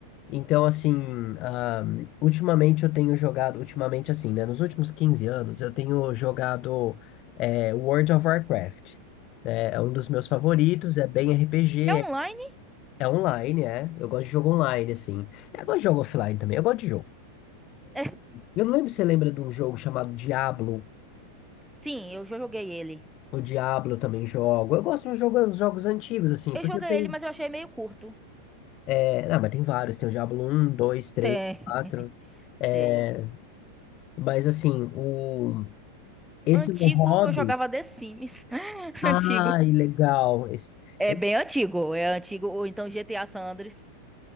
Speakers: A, on the left; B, in the centre.
A: Então, assim, ah, ultimamente eu tenho jogado, ultimamente assim, né? Nos últimos 15 anos eu tenho jogado é, World of Warcraft. né, É um dos meus favoritos, é bem RPG,
B: É online?
A: É online, é. Eu gosto de jogo online, assim. Eu gosto de jogo offline também, eu gosto de jogo.
B: É,
A: Eu não lembro se você lembra de um jogo chamado Diablo.
B: sim, eu já joguei ele.
A: O Diablo eu também jogo. Eu gosto de um jogo- jogos antigos, assim,
B: Eu
A: porque
B: joguei
A: tem.
B: ele, mas eu achei meio curto.
A: É... Ah, mas tem vários. Tem o Diablo um, dois, três,
B: Tem.
A: quatro. É...
B: Tem.
A: Mas, assim, o... esse
B: Antigo,
A: meu hobby.
B: eu jogava The Sims. <laughs>
A: Ai,
B: Antigo.
A: legal. Esse...
B: É
A: esse-
B: bem antigo, é antigo, ou então GTA San Andreas.